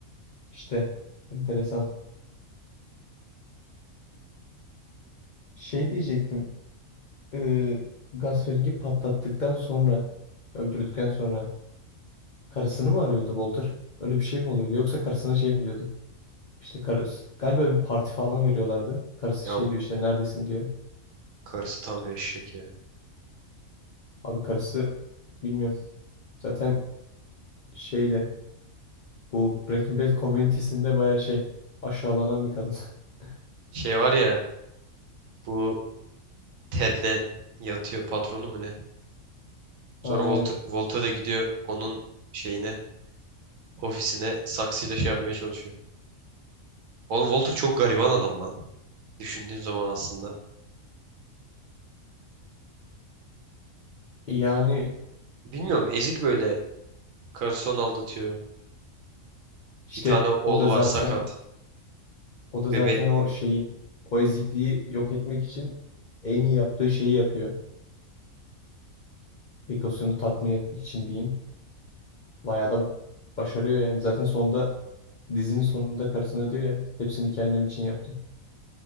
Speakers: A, on the left (about 60°); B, on the right (about 75°).
A: İşte enteresan. Şey diyecektim. Ee, Gaspering'i patlattıktan sonra öldürdükten sonra karısını mı arıyordu Walter? Öyle bir şey mi oluyordu? Yoksa karısına şey mi İşte karısı galiba bir parti falan veriyorlardı. Karısı
B: Ya
A: şey
B: o
A: diyor işte neredesin diyor.
B: karısı tam bir eşek ya.
A: Abi karısı bilmiyorum. Zaten şeyle bu Breaking Bad komünitesinde baya şey aşağılanan bir kadın. <laughs>
B: Şey var ya bu Ted'le yatıyor patronu mu ne? Sonra
A: Aynen.
B: Volto, Volto da gidiyor onun şeyine ofisine saksıyla şey yapmaya çalışıyor. Oğlum Walter çok gariban adam lan. Düşündüğün zaman aslında.
A: Yani
B: Bilmiyorum ezik böyle. Karısı onu aldatıyor.
A: işte
B: Bir tane oğlu
A: o da zaten
B: var sakat.
A: o da
B: Bebe,
A: zaten o şeyi o ezikliği yok etmek için en iyi yaptığı şeyi yapıyor. Egosunu tatmin etmek için diyeyim. Bayağı da başarıyor yani. Zaten sonunda dizinin sonunda karısına diyor ya hepsini kendim için yaptım.